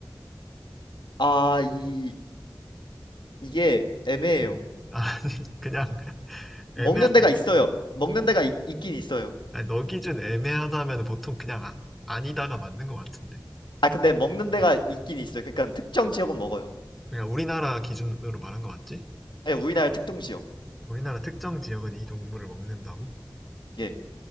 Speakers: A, on the left; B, in the centre.
A: 아, 이, 이게 애매해요.
B: 음. 아, 그냥
A: 먹는
B: 애매,
A: 데가
B: 그러니까,
A: 있어요.
B: 어,
A: 먹는 데가 있, 긴 있어요.
B: 아니, 너 기준 애매하다면 보통 그냥 아, 니다가 맞는 것 같은데.
A: 아, 근데 먹는 데가
B: 어.
A: 있긴 있어요. 그러니까 특정 지역은 먹어요.
B: 그냥 우리나라 기준으로 말한 것 같지?
A: 예, 우리나라 특정 지역.
B: 우리나라 특정 지역은 이 동물을 먹는다고?
A: 예,